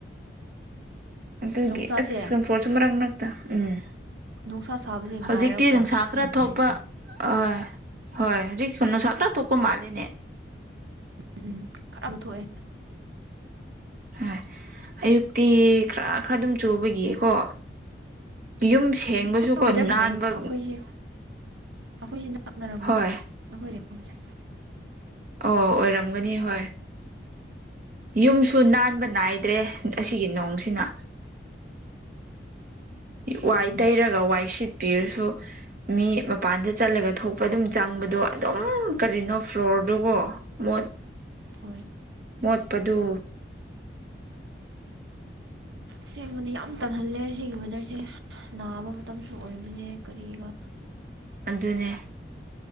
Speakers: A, on the right (about 45°); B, on the right (about 80°).
A: ꯑꯗꯨꯒꯤ
B: ꯅꯨꯡꯁꯥꯁꯦ
A: ꯑꯁ ꯆꯝꯐꯣ꯭ꯔꯗꯁꯨ ꯃꯔꯛ-ꯃꯔꯛꯇ ꯎꯝ
B: ꯅꯨꯡꯁꯥ ꯁꯥꯕꯁꯦ
A: ꯍꯧꯖꯤꯛꯇꯤ
B: ꯉꯥꯏꯔꯀꯣ
A: ꯅꯨꯡꯁꯥ
B: ꯐꯤ
A: ꯈꯔ ꯊꯣꯛꯄ
B: ꯎꯝ
A: ꯑ ꯍꯣꯏ ꯍꯧꯖꯤꯛ ꯅꯨꯡꯁꯥ ꯈꯔ ꯊꯣꯛꯄ ꯃꯥꯜꯂꯦꯅꯦ
B: ꯎꯝ ꯎꯝ ꯈꯔꯕꯨ ꯊꯣꯛꯑꯦ
A: ꯍꯣꯏ ꯑꯌꯨꯛꯇꯤ ꯈꯔ-ꯈꯔ ꯑꯗꯨꯝ ꯆꯨꯕꯒꯤꯀꯣ ꯌꯨꯝ ꯁꯦꯡꯕꯁꯨꯀꯣ
B: ꯎ ꯑꯩꯈꯣꯏ ꯋꯦꯗꯔ ꯃꯅꯩꯅ
A: ꯅꯥꯟꯕ
B: ꯑꯩꯈꯣꯏꯁꯦ ꯑꯩꯈꯣꯏꯁꯦ ꯅꯛꯅꯔꯝꯒꯅꯤ
A: ꯍꯣꯏ
B: ꯑꯩꯈꯣꯏ ꯂꯩꯐꯝꯁꯦ
A: ꯑꯣ ꯑꯣꯏꯔꯝꯒꯅꯤ ꯍꯣꯏ ꯌꯨꯝꯁꯨ ꯅꯥꯟꯕ ꯅꯥꯏꯗ꯭ꯔꯦ ꯑꯁꯤꯒꯤ ꯅꯣꯡꯁꯤꯅ ꯋꯥꯏ
B: ꯎꯝ
A: ꯇꯩꯔꯒ ꯋꯥꯏ ꯁꯤꯠꯄꯤꯔꯁꯨ ꯃꯤ ꯃꯄꯥꯟꯗ ꯆꯠꯂꯒ ꯊꯣꯛꯄ ꯑꯗꯨꯝ ꯆꯪꯕꯗꯣ ꯑꯗꯨꯝ ꯀꯔꯤꯅꯣ ꯐ꯭ꯂꯣꯔꯗꯨꯕ‌ꯣ ꯃꫭꯠ
B: ꯍꯣꯏ
A: ꯃꯣꯠꯄꯗꯨ
B: ꯁꯦꯡꯕꯗꯤ ꯌꯥꯝ ꯇꯜꯍꯜꯂꯦ ꯁꯤꯒꯤ ꯋꯦꯗ꯭ꯔꯁꯦ ꯅꯥꯕ ꯃꯇꯝꯁꯨ ꯑꯣꯏꯕꯅꯦ ꯀꯔꯤꯒ
A: ꯑꯗꯨꯅꯦ